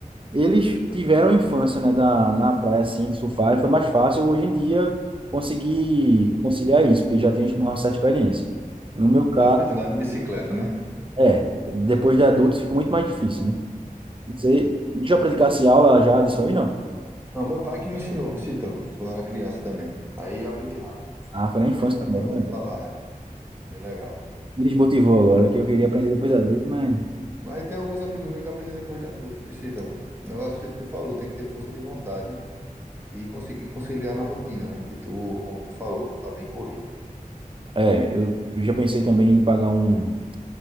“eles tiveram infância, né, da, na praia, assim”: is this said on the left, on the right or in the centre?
Right